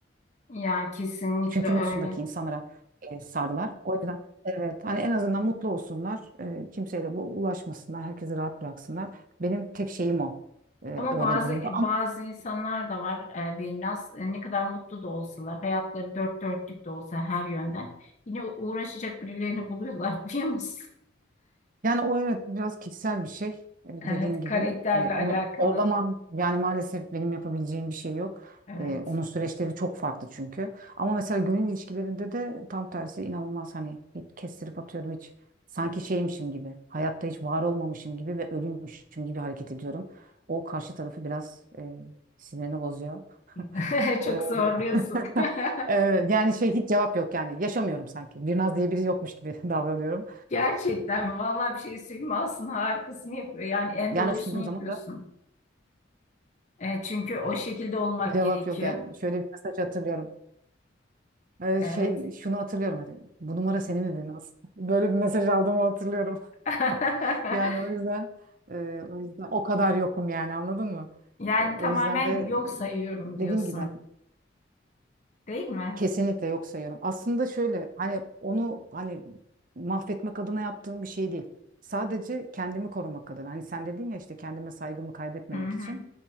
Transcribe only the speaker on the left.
Ya kesinlikle
öyle.
Ama
bazı
bazı insanlar da var e, biraz e, ne kadar mutlu da olsalar, hayatları dört dörtlük de olsa her yönden yine uğraşacak birilerini buluyorlar <laughs> biliyor musun?
Evet,
karakterle
alakalı.
Evet.
<laughs> Çok
zorluyorsun.
<laughs>
Gerçekten vallahi bir şey söyleyeyim mi? aslında harikasını yapıyor. Yani en
doğrusunu
yapıyorsun.
E, çünkü o şekilde olmak
gerekiyor.
Evet.
<laughs>
Yani
tamamen
yok sayıyorum
diyorsun,
değil mi?
Hı hı.